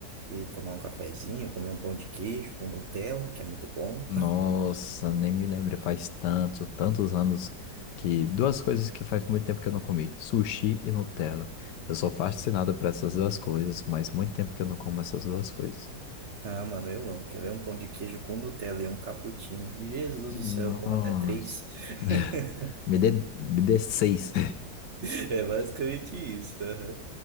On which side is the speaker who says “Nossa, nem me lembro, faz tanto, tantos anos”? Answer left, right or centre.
Left